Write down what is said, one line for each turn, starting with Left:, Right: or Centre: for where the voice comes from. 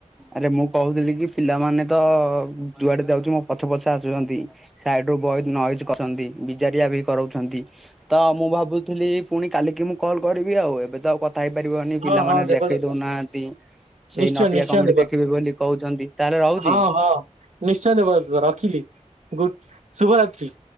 Centre: ଆରେ ମୁଁ କହୁଥିଲି କି ପିଲାମାନେ ତ ଯୁଆଡେ ଯାଉଛି ମୋ ପଛେ ପଛେ ଆସୁଛନ୍ତି। ସାଇଡ ରୁ ବହୁତ ନଏଜ୍ କରଛନ୍ତି ବିଜାରିଆ ବି କରଉଛନ୍ତି। ତ ମୁଁ ଭାବୁଥିଲି ପୁଣି କାଲିକି ମୁଁ କଲ୍ କରିବି ଆଉ ଏବେ ତ ଆଉ କ ଥାଇ ପାରିବନି
Right: ହଁ
Centre: ପିଲାମାନେ
Right: ହଁ ଦେବଦତ୍ତ
Centre: ଦେଖେଇ ଦଉନାହାନ୍ତି ସେଇ
Right: ନିଶ୍ଚୟ
Centre: ନଟିଆ
Right: ନିଶ୍ଚୟ
Centre: କମେଡି
Right: ଦେବ
Centre: ଦେଖିବି ବୋଲି କହୁଛନ୍ତି ତାହେଲେ ରହୁଛି।
Right: ହଁ ହଁ ନିଶ୍ଚୟ ଦେବ ରଖିଲି ଗୁଡ ଶୁଭରାତ୍ରି